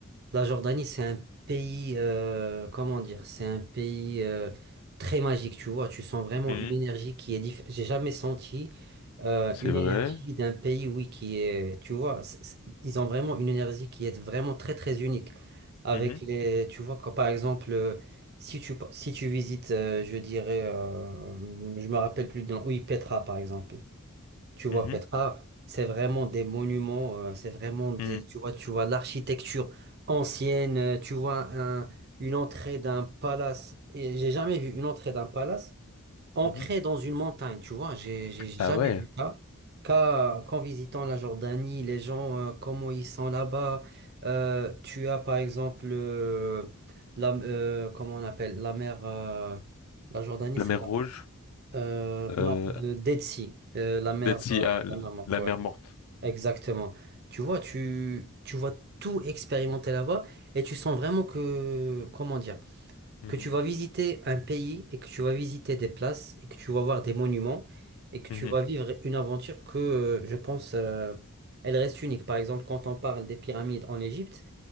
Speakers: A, on the right; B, on the left.
A: la Jordanie, c'est un pays, euh, comment dire, c'est un pays euh, très magique, tu vois. Tu sens vraiment
B: Mhm.
A: une énergie qui est différente. J'ai jamais senti euh,
B: C'est
A: une
B: vrai?
A: énergie d'un pays, oui, qui est, tu vois, c'est- c'est- ils ont vraiment une énergie qui est vraiment très, très unique. Avec
B: Mhm.
A: les, tu vois, quand par exemple, euh, si tu, si tu visites, euh, je dirais, euh, je me rappelle plus de nom, oui, Petra, par exemple. Tu vois,
B: Mhm.
A: Petra, c'est vraiment des monuments, euh, c'est vraiment des,
B: Mhm,
A: tu vois, tu vois l'architecture ancienne, euh, tu vois un- une entrée d'un palace. Et j'ai jamais vu une entrée d'un palace ancrée
B: mhm.
A: dans une montagne, tu vois, j'ai j'ai jamais
B: Ah ouais,
A: vu ça. Qu'à- Qu'en visitant la Jordanie, les gens, euh, comment ils sont là-bas. Euh, tu as par exemple, euh, la, euh, comment on appelle, la mer, euh, la Jordanie,
B: la
A: c'est
B: mer Rouge,
A: euh, non,
B: euh,
A: de Dead Sea, euh, la mer,
B: Dead Sea,
A: euh,
B: ah,
A: la mer morte,
B: la
A: ouais.
B: mer Morte.
A: Exactement. Tu vois, tu, tu vas tout expérimenter là-bas et tu sens vraiment que, comment dire,
B: Mhm,
A: que tu vas visiter un pays et que tu vas visiter des places et que tu vas voir des monuments et que tu
B: mhm,
A: vas vivre une aventure que, euh, je pense, euh, elle reste unique. Par exemple, quand on parle des pyramides en Égypte,